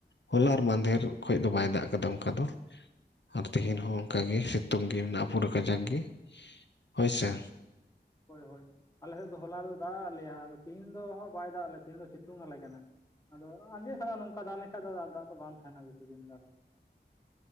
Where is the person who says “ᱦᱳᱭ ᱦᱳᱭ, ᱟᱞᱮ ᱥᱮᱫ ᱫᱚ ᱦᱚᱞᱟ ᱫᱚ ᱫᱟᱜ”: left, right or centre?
Left